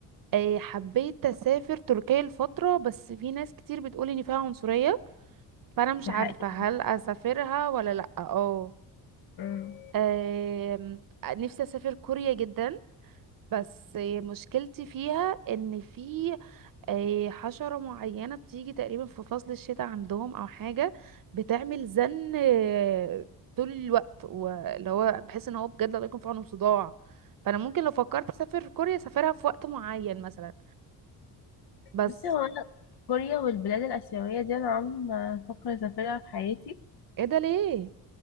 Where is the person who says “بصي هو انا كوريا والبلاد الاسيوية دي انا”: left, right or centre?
Left